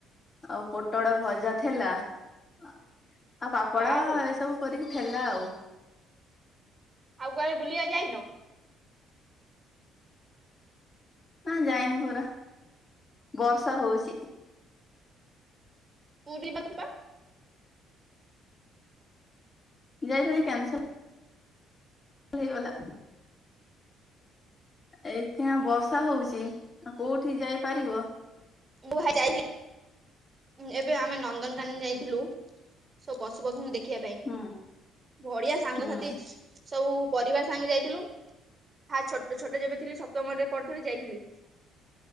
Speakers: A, on the left (about 35°); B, on the right (about 35°).
A: ଆଉ ପୋଟଳ ଭଜା ଥିଲା, ଆ ଆଉ ପାପଡ଼
B: ଯାହା ହଉ
A: ଏସବୁ କରିକି ଥିଲା ଆଉ।
B: ଆଉ କୁଆଡେ ବୁଲିବାକୁ ଯାଇନୁ?
A: ନା ଯାଇନି ପରା, ବର୍ଷା ହଉଛି।
B: ପୁରି <unintelligible>
A: ଯାଇଥିଲି କ୍ୟାନସେଲ ହେଇଗଲା। ଏଇଖେନା ବର୍ଷା ହଉଛି, ଆଉ କୋଉଠି ଯାଇପାରିବ?
B: ମୁଁ ବା ଯାଇଥିଲି ଏବେ ଆମେ ନନ୍ଦନକାନ ଯାଇଥିଲୁ ସବୁ ପଶୁପକ୍ଷୀଙ୍କୁ ଦେଖ ଦେଖିବା ପାଇଁ
A: ହୁଁ
B: ବଢିଆ ସାଙ୍ଗସାଥି
A: ହୁଁ
B: ସବୁ ପରିବାର ସାଙ୍ଗେ ଯାଇଥିଲୁ। ଫାର୍ଷ୍ଟ ଛୋଟ ଛୋଟ ଯେବେ ଥିଲି ସପ୍ତମରେ ପଢୁଥିଲି ଯାଇଥିଲି।